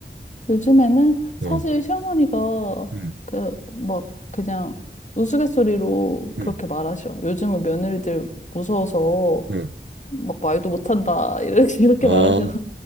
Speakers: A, on the left; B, on the right.
A: 요즘에는 사실
B: 응,
A: 시어머니가
B: 응,
A: 그 막 그냥 우스갯소리로
B: 응,
A: 그렇게 말하셔. 요즘은 며느리들 무서워서
B: 응.
A: 막 말도 못한다 <laughs> 이렇게 이렇게
B: 아,
A: 말하셔.